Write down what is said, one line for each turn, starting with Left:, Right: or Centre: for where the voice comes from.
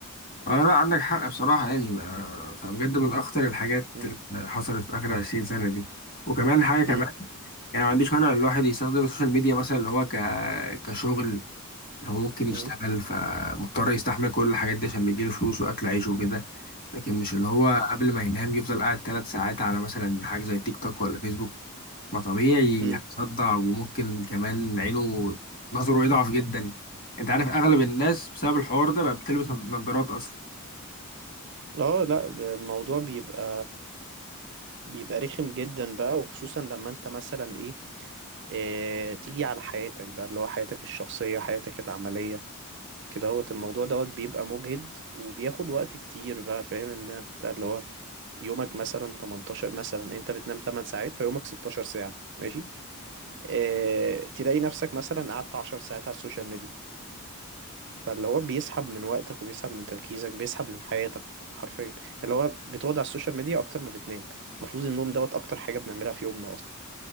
Left: اه لا عندك حق بصراحة يعني آه، فبجد من أخطر الحاجات
Right: امم
Left: اللي حصلت في آخر 20 سنة دي وكمان حاجة كمان
Right: امم
Left: يعني ما عنديش مانع إن الواحد يستخدم السوشيال ميديا مثلا اللي هو ك... كشغل لو هو ممكن يشتغل
Right: امم
Left: فمضطر يستحمل كل الحاجات دي عشان بيجيله فلوس وأكل عيشه وكده لكن مش اللي هو قبل ما ينام يفضل قاعد ثلاث ساعات على مثلا حاجة زي تيك توك ولا فيسبوك ما طبيعي
Right: امم
Left: هيصدع وممكن كمان عينه نظره يضعف جدا انت عارف اغلب الناس بسبب الحوار ده بقى بتلبس نظارات اصلا
Right: اه لا الموضوع بيبقى بيبقى رخم جدا بقى وخصوصا لما انت مثلا ايه اه تيجي على حياتك بقى اللي هو حياتك الشخصية حياتك العملية كده هو الموضوع دوت بيبقى مجهد وبياخد وقت كتير بقى فاهم ان انت اللي هو يومك مثلا 18 مثلا انت بتنام 8 ساعات فيومك 16 ساعة ماشي اه تلاقي نفسك مثلا قعدت 10 ساعات على السوشيال ميديا فاللي هو بيسحب من وقتك وبيسحب من تركيزك بيسحب من حياتك حرفيا يعني اللي هو بتقعد على السوشيال ميديا اكتر ما بتنام المفروض النوم دوت اكتر حاجة بنعملها في يومنا